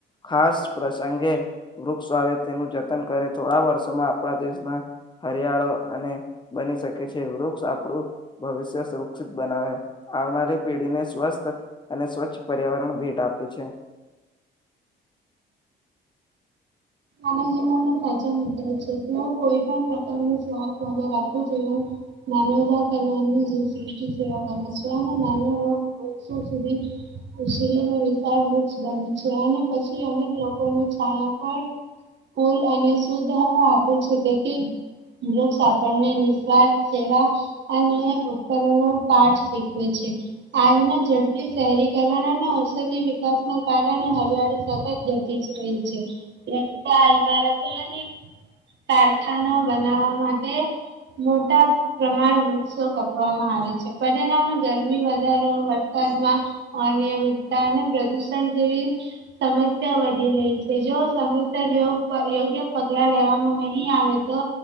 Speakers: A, on the left; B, on the right.
A: ખાસ પ્રસંગે વૃક્ષ આવે તેનું જતન કરે થોડા વર્ષોમાં આપણા દેશના હરિયાળો અને બની શકે છે વૃક્ષ આપણું ભવિષ્ય સુરક્ષિત બનાવે આવનારી પેઢીને સ્વસ્થ અને સ્વચ્છ પર્યાવરણ ભેટ આપે છે
B: આનંદ જીવન ન સાચા મિત્ર છે હું કોઈ પણ પ્રકાર ન શવાદ વધા રાખું છવ નાનવજત અને એની સષ સેવા કરે છે અને વો સુધી ઉશરીનો વિચાર વૃક્ષ બને છે અને પછી અનેક લોકોની છાયા પણ કુલ અને શુદ્ધ હવા આપે છે તેથી વૃક્ષ આપણને નિસ્વાર્થ સેવા અને ઉપકરણો પાઠ શીખવે છે હાલના ઝડપી શહેરીકરણ અને ઔષધિ વિકાસના કારણે હરિયાળી સતત જ રહી છે રસ્તા ઇમારતેને કારખાના બનાવવા માટે મોટા પ્રમાણ વૃક્ષો કપવામાં આવે છે પરિણામે ગરમી વધારો વરસાદમાં અનિયમિતતા અને પ્રદુષણ જેવી સમસ્યા વધી રહી છે જો સમયસરયો યોગ્ય પગલા લેવામાં નહીં આવે તો